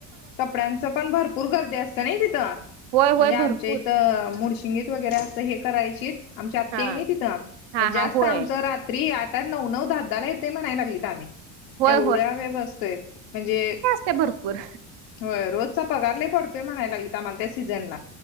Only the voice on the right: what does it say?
होय होय
भरपूर
हा
हा
हा होय
होय
ते भरपूर